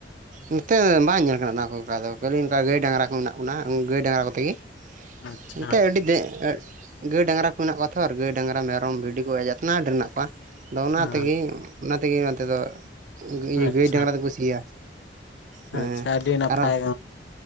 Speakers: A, on the right; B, on the left.
A: ᱚᱱᱛᱮ ᱫᱚ ᱵᱟᱝ ᱧᱮᱞ ᱠᱟᱱᱟ ᱚᱱᱟ ᱠᱚ ᱚᱱᱠᱟ ᱫᱚ ᱠᱷᱟᱹᱞᱤ ᱚᱱᱠᱟ ᱜᱟᱹᱭ- ᱰᱟᱝᱨᱟ ᱠᱚ ᱢᱮᱱᱟᱜ ᱠᱚᱱᱟ ᱜᱟᱹᱭ- ᱰᱟᱝᱨᱟ ᱠᱚᱛᱮᱜᱮ
B: ᱟᱪᱪᱷᱟ
A: ᱮᱱᱛᱮᱫ ᱟᱹᱰᱤ ᱫᱮᱜ ᱟᱹᱜ ᱜᱟᱹᱭᱼᱰᱟᱝᱜᱨᱟ ᱠᱚ ᱢᱮᱱᱟᱜ ᱠᱚᱣᱟ ᱛᱷᱚᱨ ᱜᱟᱹᱭ-ᱰᱟᱝᱨᱟ, ᱢᱮᱨᱚᱢ, ᱵᱷᱤᱰᱤ ᱠᱚ ᱡᱮᱛᱱᱟ ᱰᱷᱮᱨ ᱢᱮᱱᱟᱜ ᱠᱚᱣᱟ ᱟᱫᱚ ᱚᱱᱟ
B: ᱦᱮᱸ
A: ᱛᱮᱜᱮ ᱚᱱᱟ ᱛᱮᱜᱮ ᱱᱚᱛᱮ ᱫᱚ ᱤᱭᱟᱹ
B: ᱟᱪᱪᱷᱟ
A: ᱜᱟᱹᱭ- ᱰᱟᱝᱨᱟ ᱛᱮᱠᱚ ᱥᱤᱭᱟ ᱦᱩᱸ
B: ᱟᱪᱪᱷᱟ ᱟᱹᱰᱤ ᱱᱟᱯᱟᱭ
A: ᱟᱨᱦᱚᱸ